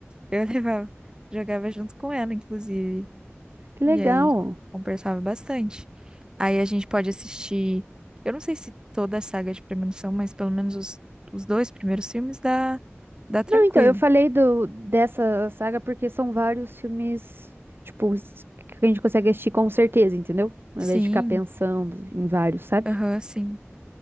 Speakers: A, on the right; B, on the right.
A: Eu levava. Jogava junto com ela, inclusive.
B: Que
A: E
B: legal!
A: aí conversava bastante. Aí a gente pode assistir. Eu não sei se toda a saga é de Premonição, mas pelo menos os, os dois primeiros filmes dá, dá tranquilo.
B: Não, então, eu falei do, dessa saga porque são vários filmes, tipo, s- que a gente consegue assistir com certeza, entendeu? Ao invés
A: Sim,
B: de ficar pensando em vários, sabe?
A: aham, sim.